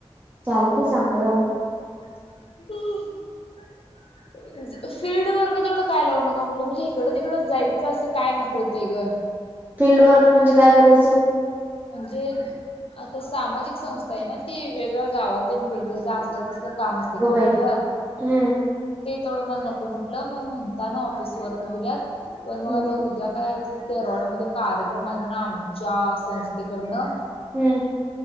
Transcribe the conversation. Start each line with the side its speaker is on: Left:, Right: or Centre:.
Right: चाल ते चांगलं.
Left: <unintelligible> फीलल्ड वर्ग तेवढं काय लावू नका म्हटलं म्हणजे इकडं तिकडं जायचं असं काय नको ते ग.
Right: फिल्ड वर्क म्हणजे काय करायचं.
Left: म्हणजे आता सामाजिक संस्था आहे ना ती वेगवेगळ्या गावाला भेट असल्या. काम असते का
Right: ग
Left: त्यांचं
Right: बाई हम्म
Left: ते तेवढं मला नको म्हटलं मग म्हणता ना ऑफिस वर्क दिल्यात पण मग
Right: हम्म
Left: आता उद्या काय? तेरोवडमध्येध्ये कार्यक्रम आहे म्हणा आम च्या संस्थेकडनं
Right: हम्म.